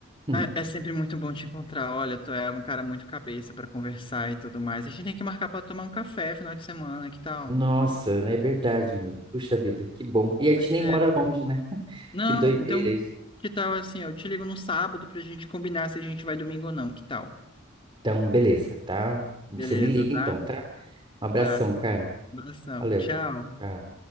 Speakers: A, on the right; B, on the left.
A: Hum.
B: É, é sempre muito bom te encontrar. Olha, tu é um cara muito cabeça pra conversar e tudo mais. A gente tem que marcar pra tomar um café final de semana, que tal?
A: Nossa, é verdade, meu. Puxa vida, que bom. E a gente
B: Pois
A: nem mora
B: é.
A: longe, né? <laughs>
B: Não,
A: Que doideira
B: então,
A: isso.
B: que tal assim? Eu te ligo no sábado pra gente combinar se a gente vai domingo ou não, que tal?
A: Então, beleza, tá? Você
B: Beleza,
A: me liga
B: tá?
A: então, tá? Um abração,
B: Tá.
A: cara.
B: Abração.
A: Valeu.
B: Tchau.
A: Tchau.